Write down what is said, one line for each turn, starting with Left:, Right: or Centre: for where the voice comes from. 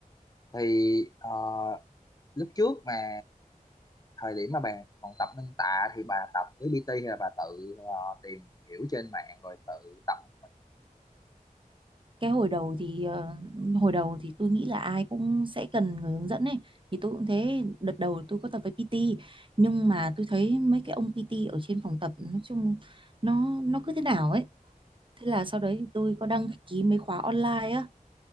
Left: thì ờ, lúc trước mà thời điểm mà bà còn tập nâng tạ thì bà tập với PT hay là bà tự ờ, tìm hiểu trên mạng rồi tự tập một mình
Right: cái hồi đầu thì ờ, hồi đầu thì tôi nghĩ là ai cũng sẽ cần người hướng dẫn ấy thì tôi cũng thế đợt đầu tôi có tập với PT nhưng mà tôi thấy mấy cái ông PT ở trên phòng tập nói chung nó nó cứ thế nào ấy thế là sau đấy thì tôi có đăng ký mấy khóa online á